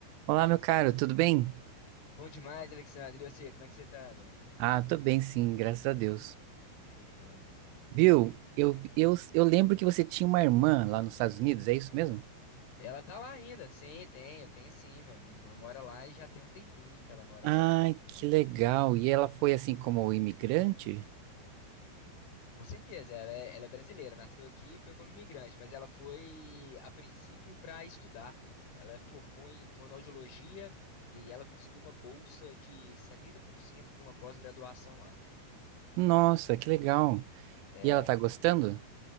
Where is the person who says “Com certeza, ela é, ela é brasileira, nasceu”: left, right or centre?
Left